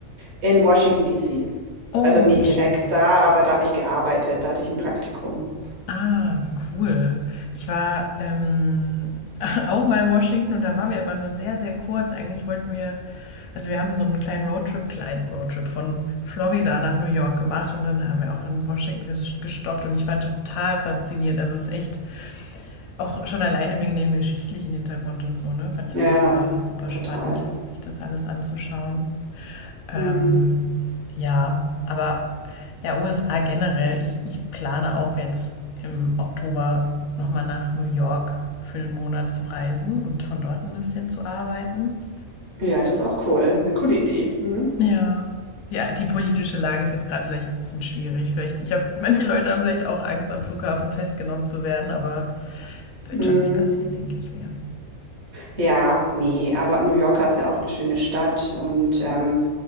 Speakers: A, on the right; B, on the left.
A: in Washington D.C.
B: Oh,
A: Also nicht
B: wie schön.
A: direkt da, aber da habe ich gearbeitet, da hatte ich ein Praktikum.
B: Ah, wie cool. Ich war ähm, <laughs> auch mal in Washington und da waren wir aber nur sehr, sehr kurz. Eigentlich wollten wir, also wir haben so einen kleinen Roadtrip, kleinen Roadtrip von Florida nach New York gemacht und dann haben wir auch in Washington ges- gestoppt und ich war total fasziniert. Also es ist echt auch schon alleine wegen dem geschichtlichen Hintergrund und so, ne, fand ich
A: Ja,
B: das super, super
A: total.
B: spannend, sich das alles anzuschauen. Ähm,
A: Hm.
B: ja, aber ja, USA generell. Ich, ich plane auch jetzt im Oktober nochmal nach New York für einen Monat zu reisen und von dort ein bisschen zu arbeiten.
A: Ja, das ist auch cool. eine coole Idee. Mhm.
B: Ja. Ja, die politische Lage ist jetzt gerade vielleicht ein bisschen schwierig. Vielleicht, ich habe, manche Leute haben vielleicht auch Angst, am Flughafen festgenommen zu werden, aber wird
A: Hm, Mm,
B: schon nicht passieren, denke ich mir.
A: ja, nee, aber New Yorker ist ja auch eine schöne Stadt und, ähm,